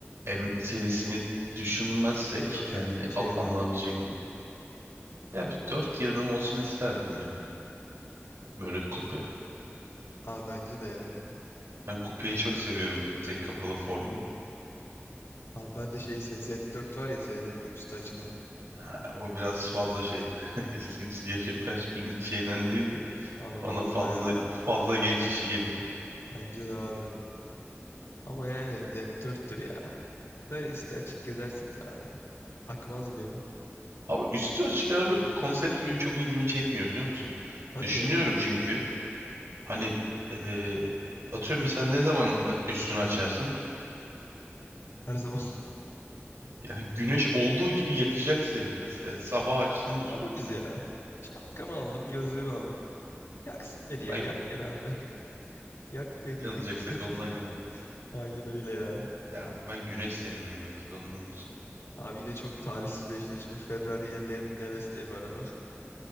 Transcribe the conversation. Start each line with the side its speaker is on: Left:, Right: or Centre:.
Right: M serisini düşünmezsek
Left: Yok
Right: kendi
Left: yok şeyler.
Right: al alınabilecekliği. Ya bir 420 olsun isterdim ya. Böyle kupe.
Left: Abi bence de ya.
Right: Ben kupeyi çok seviyorum böyle tek kapalı formu.
Left: Abi ben de şeyse Z4 var ya Z4 böyle üstü açılan.
Right: Ha, o biraz fazla şey. <laughs> Yaşım kaç bilmem şeyden değil de.
Left: Abi
Right: Bana
Left: vallahi
Right: fazla
Left: ya.
Right: fazla genç işi geliyor.
Left: Bence de abi. Ama yani Z4'tür ya. Böyle üstü açık gezersin be abi. Akmaz bir ya.
Right: Abi üstü açık araba konsepti benim çok ilgimi çekmiyor biliyor musun?
Left: Hadi
Right: Düşünüyorum
Left: ya.
Right: çünkü hani eee, atıyorum mesela ne zaman e, üstünü açarsın?
Left: Her zaman
Right: Ya güneş olduğu gibi yakacak seni mesela. Sabah açtığını düşün.
Left: Kabulüz ya. Şapkamı aldım, gözlüğümü aldım. Yaksın beni ya,
Right: Ben
Left: yak beni abi. <laughs> Yak beni,
Right: yanacaksak
Left: yık beni.
Right: ondan yanalım.
Left: <laughs> Aynen öyle ya.
Right: Ya ben güneş sevmiyorum belki de ondandır.
Left: Abi yine çok talihsiz bir eşleşme. Ferrari ile Ne- Neves diye bir araba.